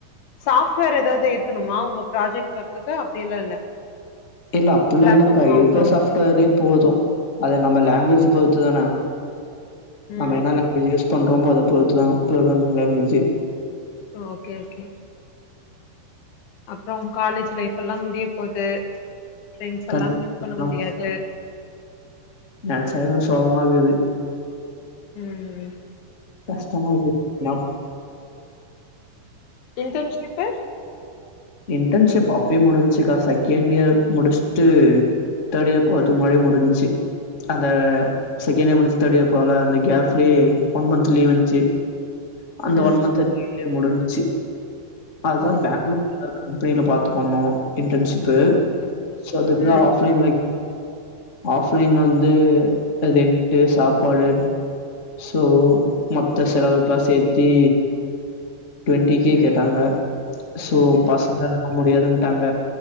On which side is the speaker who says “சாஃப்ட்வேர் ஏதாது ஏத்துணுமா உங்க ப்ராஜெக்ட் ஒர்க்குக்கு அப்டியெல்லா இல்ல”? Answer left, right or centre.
Left